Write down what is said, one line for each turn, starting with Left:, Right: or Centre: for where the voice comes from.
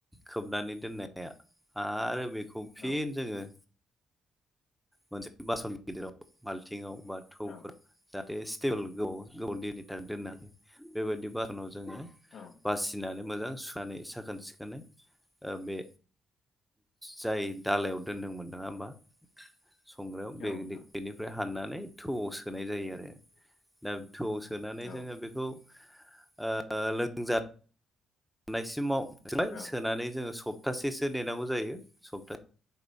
Centre: खोबनानै दोननाया आरो बेखौ फिन
Left: औ
Centre: जोंङो मोनसे बासन गिदिराव बाल्थिंआव बा थौफोर
Left: औ
Centre: स्टिल दैनि दोननो हायो बेबायदि बासानाव जोंङो
Left: औ
Centre: बासिनानै मोजां सुनानै साखोन सिखोनै ओ बे जाय दालायाव दोन्दोंमोन नंङा होमबा संग्रायाव
Left: औ
Centre: बेनिफ्राय
Left: नोंथां
Centre: फाननानै थौआव सोनाय जायो आरो दा थौआव सोनानै
Left: औ
Centre: जोंङो
Left: नोंथां
Centre: बेखौ औ लोंजा थानायसिमाव सोबाय
Left: औ
Centre: सोनानै जोंङो सप्तासेसो नेनांगौ जायो सप्तासे